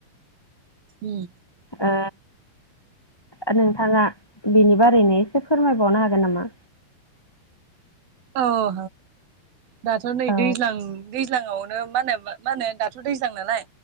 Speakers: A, on the right (about 65°); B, in the centre.
A: उम
B: ओ ओ नोंथाङा बिनि बारैनो एसे फोरमायबावनो हागोन नामा?
A: औ <unintelligible> दाथ' नै
B: औ
A: दैज्लां दैज्लांआव ओ मानो मानो दाथ' दैज्लां नालाय